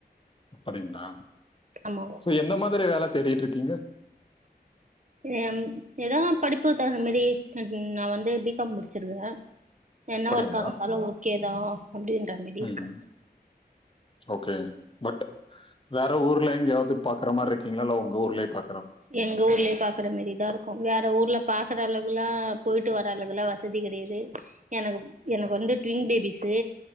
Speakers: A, on the left (about 30°); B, on the right (about 45°).
A: அப்பிடிங்களா
B: ஆமா
A: சோ எந்த மாதிரி வேல தேடிட்டு இருக்கீங்க
B: எம் எதா படிப்புக்கு தகுந்த மாரி நா ம் நா வந்து பி காம் முடுச்சு இருக்குற என்ன
A: அப்படிங்களா?
B: வர்க்கா இருந்தாலு ஓகே தா அப்பிடின்ற மாரி இருக்கு
A: ம். ஓகே பட் வேற ஊர்ல எங்க்யாவது பாக்குற மாரி இருக்கீங்களா இல்ல உங்க ஊர்லயே பா
B: எங்க ஊர்லயே பா க்கற மாரிதா இருக்கு வேற ஊர்ல பாக்குற அளவு எல்லா போய்ட்டு வர அளவு எலா வசதி கெடையாது எனக்கு எனக்கு வந்து ட்வின் பேபீஸ்சு